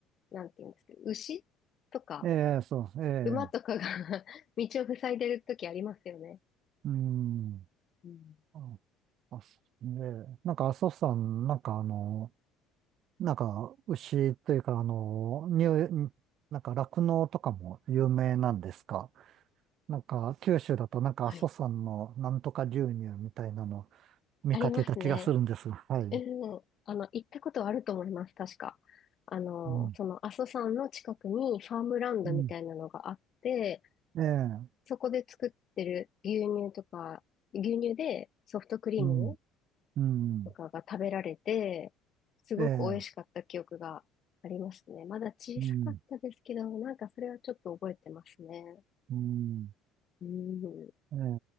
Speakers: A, on the left (about 45°); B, on the right (about 60°).
A: ーなんて言うんですけど、牛とか、
B: え、ええ、そう、ええ。
A: 馬とかが <laughs> 道を塞いでる時ありますよね。
B: うん。
A: うん。
B: あ、あ、そうね。なんか、阿蘇山、なんかあの、なんか、牛というか、あの、乳、なんか、酪農とかも有名なんですかなんか、九州だと、なんか、
A: はい。
B: 阿蘇山のなんとか牛乳みたいなの見かけた気がするんですが、
A: ありますね。
B: はい。
A: うん。あの、行ったことはあると思います、確か。あの、
B: うん。
A: その阿蘇山の近くにファームランドみたいなのがあって、
B: うん。ええ。
A: そこで作ってる牛乳とか、牛乳でソフトクリーム
B: うん。うん。
A: とかが食べられて、すごく美味しかった記憶がありますね。
B: ええ。
A: まだ小さかったですけど、
B: うん。
A: なんかそれはちょっと覚えてますね。
B: うん。
A: うん。
B: ええ。